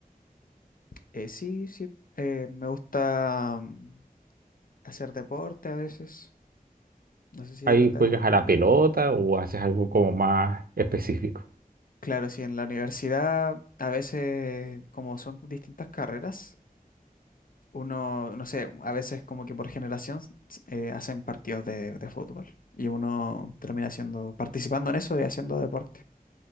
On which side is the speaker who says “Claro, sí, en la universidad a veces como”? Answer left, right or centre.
Left